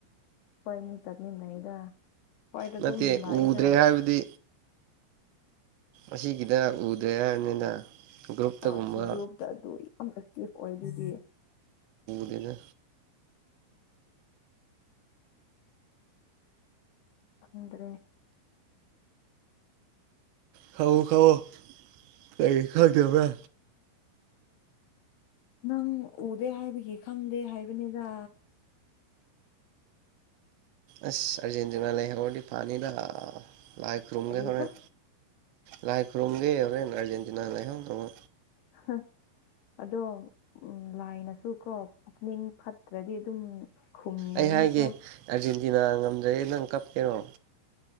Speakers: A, on the left (about 75°); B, on the right (about 75°).
A: ꯈꯣꯏꯅꯤ ꯆꯠꯃꯤꯟꯅꯩꯗ ꯍꯣꯏꯗ ꯑꯗꯨꯝ
B: ꯅꯠꯇꯦ
A: ꯂꯥꯛꯑꯦꯗ
B: ꯎꯗ꯭ꯔꯦ ꯍꯥꯏꯕꯗꯤ ꯑꯁꯤꯒꯤꯒꯤꯗ ꯎꯗꯦ ꯍꯥꯏꯕꯅꯤꯅ ꯒ꯭ꯔꯨꯞꯇꯒꯨꯝꯕ
A: ꯑꯥ ꯒ꯭ꯔꯨꯨꯞ ꯇ ꯑꯗꯨ ꯌꯥꯝ ꯑꯦꯛꯇꯤꯐ ꯑꯣꯏꯗꯨꯗꯤ
B: ꯗꯗ
A: ꯈꯪꯗ꯭ꯔꯦ
B: ꯈꯥꯎꯋꯣ ꯈꯥꯎꯋꯣ ꯀꯩ ꯈꯥꯎꯗꯕ꯭ꯔ
A: ꯅꯪ ꯎꯗꯦ ꯍꯥꯏꯕꯒꯤ ꯈꯪꯗꯦ ꯍꯥꯏꯕꯅꯤꯗ
B: ꯑꯁ ꯑꯔꯖꯦꯟꯇꯤꯅꯥ ꯂꯩꯥꯍꯧꯔꯗꯤ ꯐꯅꯤꯗ ꯂꯥꯏ ꯈꯨꯔꯨꯝꯒꯦ
A: ꯀꯔꯤꯕ
B: ꯍꯣꯔꯦꯟ ꯂꯥꯏ ꯈꯨꯔꯨꯝꯒꯦ ꯍꯣꯔꯦꯟ ꯑꯔꯖꯦꯟꯇꯤꯅꯥ ꯂꯩꯍꯧꯅꯕ
A: ꯍꯥ ꯑꯗꯣ ꯂꯥꯏꯅꯁꯨ ꯀꯣ ꯄꯨꯛꯅꯤꯡ ꯐꯠꯇ꯭ꯔꯗꯤ ꯑꯗꯨꯝ ꯈꯨꯝꯅꯕꯅꯤꯀꯣ
B: ꯑꯩ ꯍꯥꯏꯒꯦ ꯑꯥꯔꯖꯦꯟꯇꯤꯅꯥ ꯉꯝꯗ꯭ꯔꯦꯗꯤ ꯅꯪ ꯀꯞꯀꯦꯔꯣ